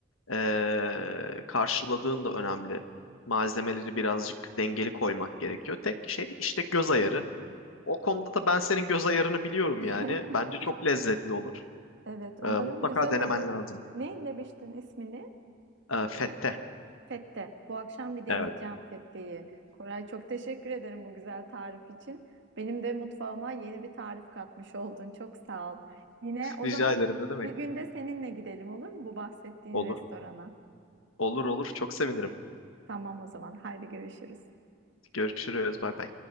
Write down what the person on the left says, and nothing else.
e, karşıladığın da önemli. Malzemeleri birazcık dengeli koymak gerekiyor. Tek şey işte göz ayarı. O konuda da ben senin göz ayarını biliyorum
yani. Bence çok lezzetli olur.
Ee, mutlaka
denemen
lazım.
Ee, Fette.
Evet.
Rica
ederim ne demek?
Olur.
Olur olur. Çok sevinirim.
Görüşürüz. Bay bay.